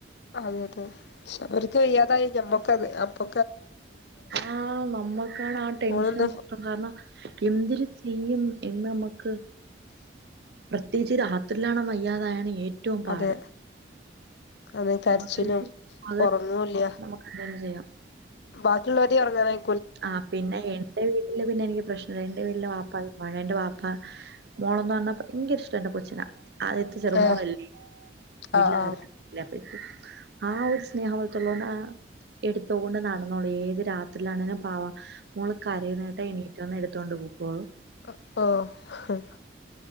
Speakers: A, on the left (about 65°); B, on the right (about 60°).
A: അതെ അതെ അവർക്ക് വയ്യാതായി ഞമ്മക്ക അത് അപ്പൊ
B: ആ നമ്മൾക്കാണ് ആ ടെൻഷൻ
A: ഓളൊന്ന്
B: മൊത്തം കാരണം എന്തില് ചെയ്യും ഇന്നമ്മക്ക് പ്രത്യേകിച്ച് രാത്രിലാണ് വയ്യാതായാണ് ഏറ്റ റ്റവും പാട്
A: അതെ അതെ കരച്ചിലും
B: പകല് പകൽ
A: ഒറങ്ങുല്യ
B: നമുക്ക് എന്തെങ്കിലും ചെയ്യാം
A: ബാക്കിയുള്ളോരെ കുട്ടി ഒറങ്ങാറായി
B: ആ പിന്നെ എന്റെ വീട്ടില് പിന്നെ എനിക്ക് പ്രശ്നെന്നു <unintelligible> <unintelligible> വാപ <unintelligible> എന്റെ വാപ്പ ആ മോളെന്ന് പറഞ്ഞ ഭയങ്കര ഇഷ്ടാ എന്റെ കൊച്ചിനെ ആദ്യത്തെ ചെറുമോളല്ലേ
A: ഏ
B: വീട്ടിലെ
A: ആ ആ
B: ആദ്യത്തെ <unintelligible> ആ ഒരു സ്നേഹം അവൾത്തുള്ളോണ്ട് എടുത്തൊണ്ട് നടന്നോളും ഏത് രാത്രിയിലാണേലും പാവം മോള് കരയ്ണേട്ടാ എണീറ്റ് വന്ന് എട് ത്തോണ്ട് പൊക്കോളും
A: ഒ ഓ ഹ്